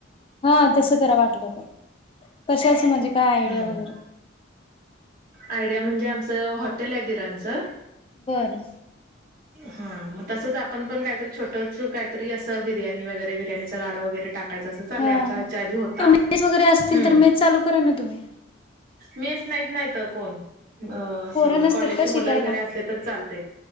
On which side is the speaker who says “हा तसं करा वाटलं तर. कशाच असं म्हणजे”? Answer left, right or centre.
Left